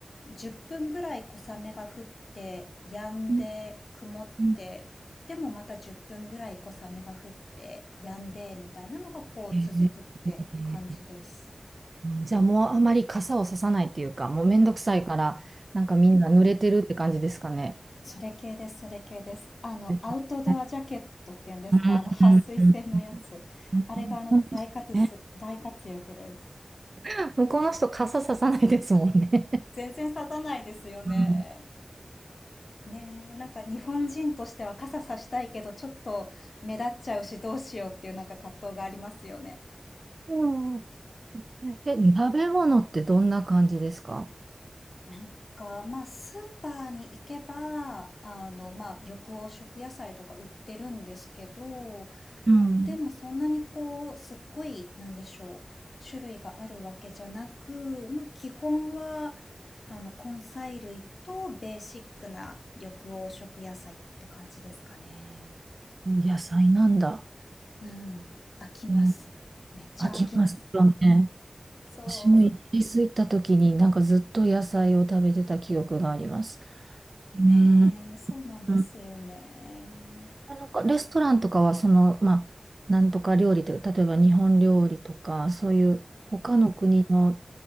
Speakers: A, on the left; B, on the right.
A: 10分ぐらい小雨が降って、止んで、
B: うん
A: 曇って、
B: うん
A: でもまた10分ぐらい小雨が降って、止んで、みたいなのがこう続くって感じです。
B: えーえーじゃあもうあまり傘をささないっていうか、もうめんどくさいから、なんかみんな濡れてるって感じですかね。
A: それ系です、それ系です。あの、
B: ですよね
A: アウトドアジャケットっていうんですかあの、
B: うんうんうん
A: 撥水性のやつ。
B: うん本当ですね
A: あれがあの、大活す、大活躍です。
B: うん向こうの人傘ささないですもんね。
A: 全然刺さないですよね。
B: うん
A: ねえ、なんか日本人としては傘さしたいけど、ちょっと目立っちゃうしどうしようっていうなんか葛藤がありますよね。
B: そう。え、食べ物ってどんな感じですか
A: なんか、まあ、スーパーに行けば、あの、まあ、緑黄色野菜とか売ってるんですけど、
B: うん。
A: でもそんなにこう、すっごい、なんでしょう、種類があるわけじゃなく、まあ、基本は、あの、根菜類とベーシックな緑黄色野菜って感じですかね。
B: 野菜なんだ。
A: うん。飽きます。
B: うん。
A: めっちゃ飽きます。
B: 飽きますよね。
A: そ
B: 私もイギリス行った時になんかずっと野菜を食べてた記憶があります。
A: う。
B: うん。
A: ねえ、そうなんですよね。
B: うんなんかレストランとかはその、まあ、なんとか料理という、例えば日本料理とか、そういう他の国の